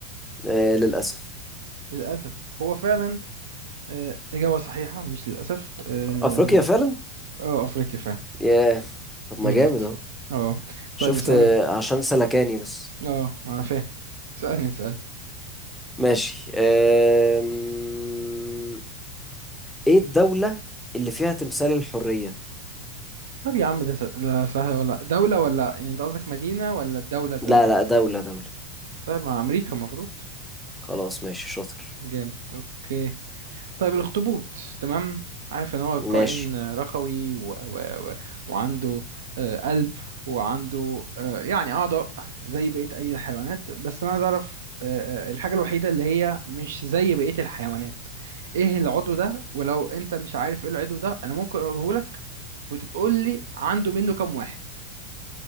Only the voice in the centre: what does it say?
آه للاسف
افريقيا فعلا
ياه طب ما
جامد اهو
شفت
آه، عشان سلكاني بس
ماشي آم... ايه الدولة اللي فيها تمثال الحرية
لا لا دولة دولة
خلاص ماشي شاطر
ماشي